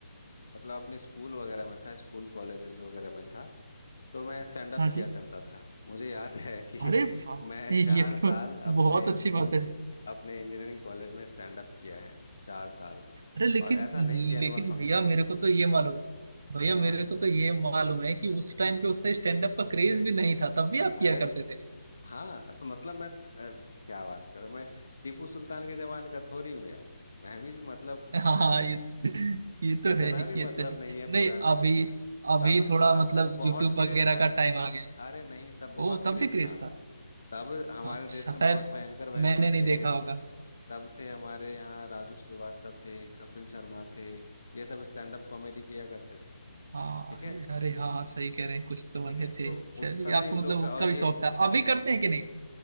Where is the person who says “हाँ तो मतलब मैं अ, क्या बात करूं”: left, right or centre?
Left